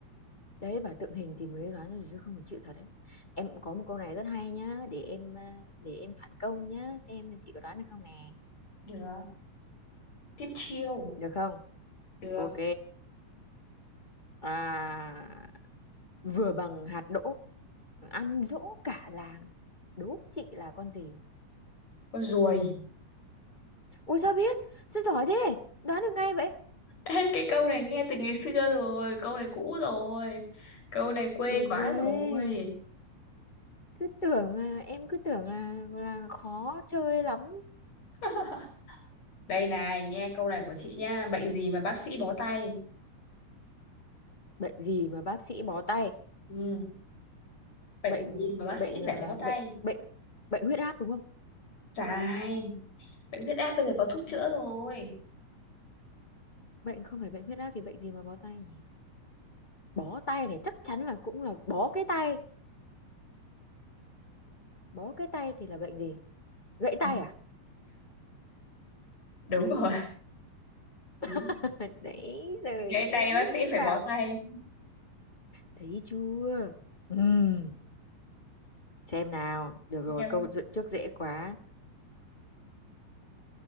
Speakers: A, on the left; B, on the left.
A: đấy bà tượng hình thì mới đoán được chứ không phải chịu thật đấy em cũng có một câu này rất hay nhá để em à, để em phản công nhá xem chị có đoán được không nè
B: được tiếp chiêu
A: được không
B: được
A: ok à vừa bằng hạt đỗ ăn dỗ cả làng đố chị là con gì
B: con ruồi <laughs>
A: ôi sao biết sao giỏi thế đoán được ngay vậy
B: Ê, cái câu này nghe từ ngày xưa rồi câu này cũ rồi câu này quê
A: ôi
B: quá
A: giời
B: rồi
A: cứ tưởng là, em cứ tưởng là là khó chơi lắm
B: <laughs> đây này nghe câu này của chị nha bệnh gì mà bác sĩ bó tay
A: bệnh gì mà bác sĩ bó tay
B: ừ. bệnh
A: bệnh
B: gì mà bác
A: bệnh
B: sĩ phải
A: à,
B: bó tay
A: bệnh bệnh bệnh huyết áp đúng không
B: dài bệnh huyết áp bây giờ có thuốc chữa
A: Bệnh
B: rồi
A: bệnh không phải bệnh huyết áp thì bệnh gì mà bó tay nhỉ? Bó tay này chắc chắn là cũng là bó cái tay. Bó cái tay thì là bệnh gì? Gãy tay
B: Ừ,
A: à?
B: đúng rồi Ừ.
A: <laughs> Đấy rồi
B: gãy tay
A: ơi
B: bác sĩ
A: em
B: phải
A: bảo.
B: bó tay
A: Thấy chưa? Ừm, xem nào. Được rồi,
B: em
A: câu dự- trước dễ quá.